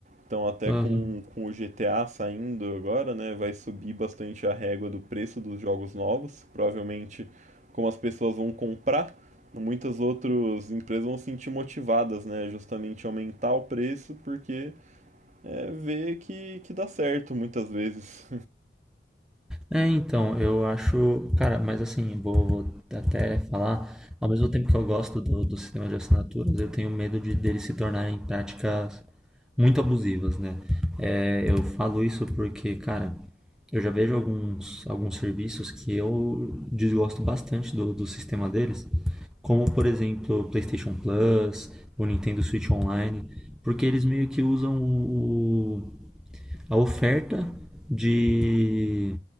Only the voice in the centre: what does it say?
<laughs>
É, então, eu acho, cara, mas assim, vou, vou até falar, ao mesmo tempo que eu gosto do, do sistema de assinaturas, eu tenho medo de deles se tornarem práticas muito abusivas, né? É, eu falo isso porque, cara, eu já vejo alguns, alguns serviços que eu desgosto bastante do, do sistema deles, como, por exemplo, o PlayStation Plus, o Nintendo Switch Online, porque eles meio que usam o a oferta de,